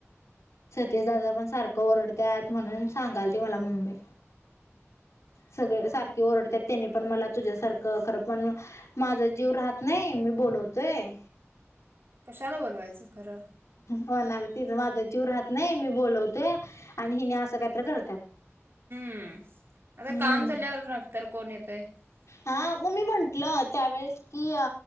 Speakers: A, on the left; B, on the right.
A: सतीश दादा पण सारखं ओरडत म्हणून सांगाल ते मला मम्मी सगळे सारखे ओरडतात त्यांनी पण मला तुझ्यासारखं खरं पण माझा जीव राह नाही मी बोलवतोय.
B: कशाला बोलवायचं? खरं
A: हो ना तिज माझा जीव राहत नाही मी बोलवतोय आणि हिने असं काहीतरी करतात.
B: हम्म आता
A: हम्म
B: काम झाल्यावर नंतर कोण येतंय हा
A: हा मग मी म्हंटलं त्यावेळेस की अ